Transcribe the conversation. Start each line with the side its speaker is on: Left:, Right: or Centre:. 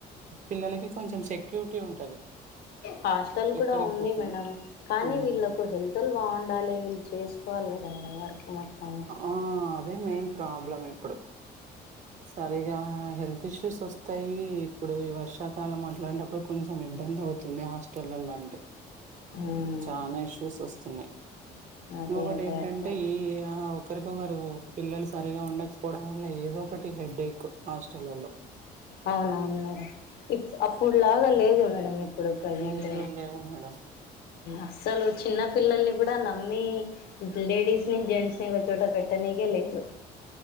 Right: పిల్లలకి కొంచెం సెక్యూరిటీ ఉంటది
Left: హాస్టల్
Right: ఎక్కడికి
Left: కూడా ఉంది
Right: పోకుండా
Left: మేడం కానీ
Right: మ్మ్
Left: వీళ్ళలకు హెల్త్ బాగుండాలి వీళ్ళ చేసుకోవాలి కదా మేడం వర్క్ మొత్తము
Right: ఆ అదే మెయిన్ ప్రాబ్లం ఇప్పుడు సరిగా హెల్త్ ఇష్యూస్ వస్తాయి ఇప్పుడు ఈ వర్షాకాలం అట్లాడేటప్పుడు కొంచెం ఏం ఇబ్బంద్ అవుతుంది హాస్టల్ల్లో అంటే
Left: ఉమ్,
Right: చాలా ఇష్యూస్ వస్తున్నాయి
Left: అదే
Right: ఇంకొకటి
Left: అదే
Right: ఏంటంటే
Left: అట్లా
Right: ఈ ఆ ఒకరికొకరు పిల్లలు సరిగా ఉండకపోడం మళ్ళ ఏదో ఒకటి హెడేక్ హాస్టలల్లో
Left: అవునవును మేడం అప్పుడులాగా లేదు మేడం ఇప్పుడు ప్రజెంట్
Right: లేవు లేవు మేడం
Left: అస్సల్ చిన్న పిల్లల్ని కూడా నమ్మి లేడీస్ ని జెంట్స్ ని ఒక చోట పెట్టనీకే లేదు